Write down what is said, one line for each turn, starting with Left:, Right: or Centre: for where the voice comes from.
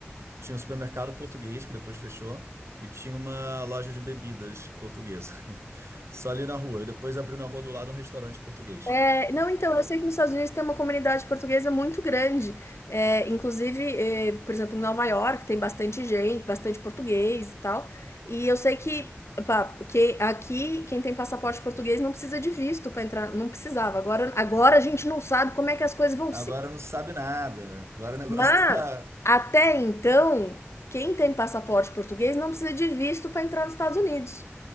Right: tinha um supermercado português que depois fechou e tinha uma loja de bebidas portuguesa. <laughs> Só ali na rua. E depois abriu na rua do lado um restaurante português.
Left: É, não, então, eu sei que nos Estados Unidos tem uma comunidade portuguesa muito grande. É, inclusive, é, por exemplo, em Nova York tem bastante gente, bastante português e tal. E eu sei que, opa, que aqui quem tem passaporte português não precisa de visto para entrar, não precisava. Agora, agora a gente não sabe como é que as coisas vão
Right: Agora
Left: ser.
Right: não sabe nada. Agora o <laughs> negócio
Left: Mas
Right: tá.
Left: até então, quem tem passaporte português não precisa de visto para entrar nos Estados Unidos.